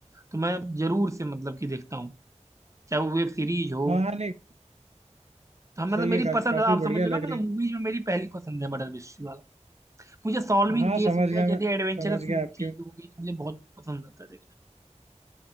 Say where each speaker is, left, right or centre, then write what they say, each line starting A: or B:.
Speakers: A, on the right; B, on the right.
A: तो मैं जरूर से मतलब कि देखता हूँ चाहे वो वेब सीरीज हो
B: हाँ हाँ नहीं
A: तो हाँ, मतलब
B: सही
A: मेरी
B: है का,
A: पसंद
B: काफी
A: है, आप
B: बढ़िया
A: समझ लो
B: लग
A: ना मतलब
B: रही
A: मूवीज में मेरी पहली पसंद है मर्डर मिस्ट्री वाला मुझे सॉल्विंग
B: है हाँ
A: केस
B: समझ
A: होता
B: गया
A: है जैसे
B: मैं
A: एडवेंचरस
B: समझ गया आपकी
A: चीज होगी तो मुझे बहुत पसंद आता है देखने में